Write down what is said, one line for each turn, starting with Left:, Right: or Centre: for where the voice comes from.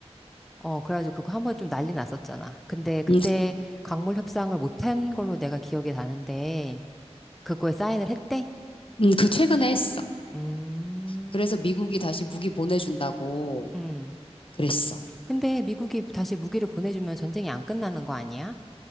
Centre: 어, 그래가지고 그거 한 번에 좀 난리 났었잖아. 근데 그때
Left: 음,
Centre: 광물 협상을 못한 걸로 내가 기억이 나는데, 그거에 사인을 했대?
Left: 음, 그 최근에 했어.
Centre: 음,
Left: 그래서 미국이 다시 무기 보내준다고
Centre: 음.
Left: 그랬어.
Centre: 근데 미국이 다시 무기를 보내주면 전쟁이 안 끝나는 거 아니야?